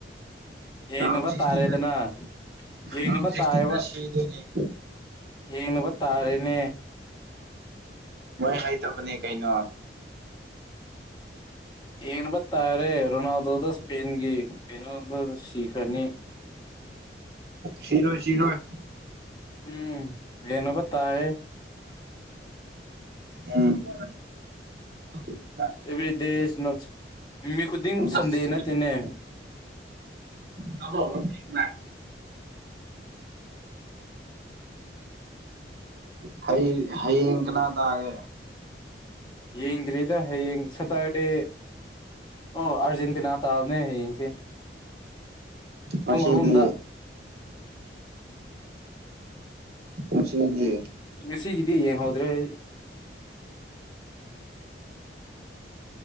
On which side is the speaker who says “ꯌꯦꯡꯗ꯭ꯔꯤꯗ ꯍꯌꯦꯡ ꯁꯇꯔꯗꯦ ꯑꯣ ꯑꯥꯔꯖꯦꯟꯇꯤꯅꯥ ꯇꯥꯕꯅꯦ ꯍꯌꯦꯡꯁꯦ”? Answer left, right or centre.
Left